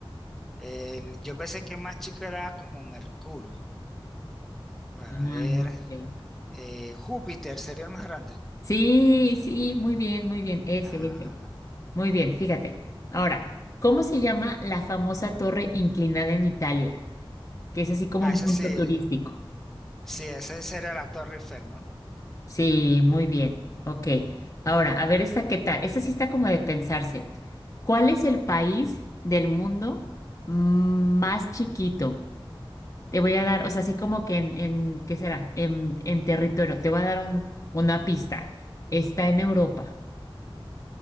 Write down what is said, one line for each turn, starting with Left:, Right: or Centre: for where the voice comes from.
Centre: El- yo pensé que el más chico era como Mercurio. Para
Left: Ah,
Centre: ver,
Left: no sé.
Centre: eh, Júpiter sería el más grande.
Left: Sí, sí, muy bien, muy bien, ese,
Centre: Ah,
Left: ese. Muy bien, fíjate. Ahora, ¿cómo se llama la famosa torre inclinada en Italia? Que es así como
Centre: ah,
Left: un
Centre: ese
Left: punto
Centre: sí.
Left: turístico.
Centre: Sí, ese sería la Torre Eiffel, ¿no?
Left: Sí, muy bien, ok. Ahora, a ver esta, ¿qué tal? Esta sí está como de pensarse. ¿Cuál es el país del mundo mm, más chiquito? Te voy a dar, o sea, así como que en, en ¿qué será? En, en territorio, te voy a dar un, una pista. Está en Europa.